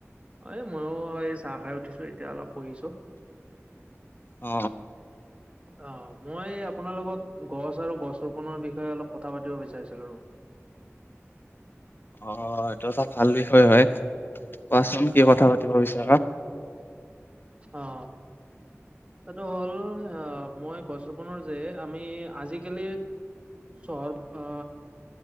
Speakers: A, on the right; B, on the left.
A: অহ, ময়ো এই চাহ খাই উঠিছো, এতিয়া অলপ পঢ়িছো।
B: অ
A: অহ', মই আপোনাৰ লগত গছ আৰু গছ ৰোপনৰৰ বিষয়ে অলপ কথা পাতিব বিচাৰিছিলো। <inaudible>
B: অহ এইটো এটা ভাল বিষয় হয়, কোৱাচোন
A: অ
B: কি কথা পাতিব বিচাৰা?
A: অহ', এটো হ'ল অহ মই গছৰোপণৰ যে, আমি আজিকালি চহৰ আ